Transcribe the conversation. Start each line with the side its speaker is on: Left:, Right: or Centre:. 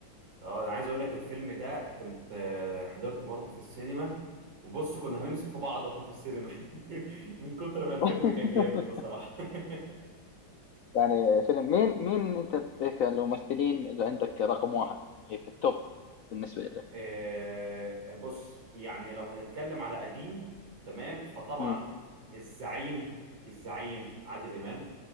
Right: اه انا عايز اقول لك الفيلم ده كنت آه، حضرته برضه في السينما وبص كنا هنمسك في بعض واحنا في السينما <laughs> من كتر ما الفيلم
Left: <laughs>
Right: كان جامد بصراحة <laughs>
Left: يعني فيلم مين مين أنت هيك الممثلين اللي عندك رقم واحد يعني هيك التوب بالنسبة لك
Right: آه، بص يعني لو هنتكلم على قديم تمام فطبعا
Left: مم.
Right: الزعيم الزعيم عادل امام